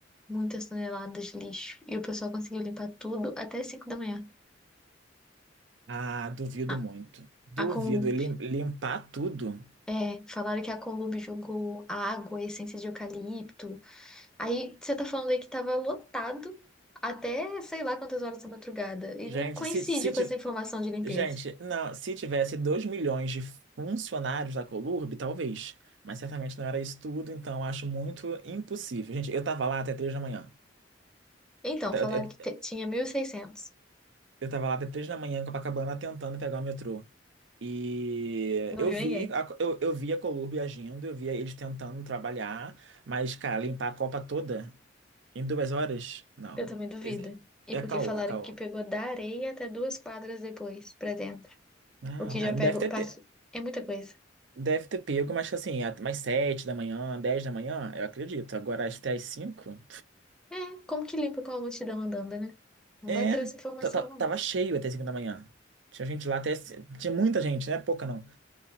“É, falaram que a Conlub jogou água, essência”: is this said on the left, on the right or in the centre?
Centre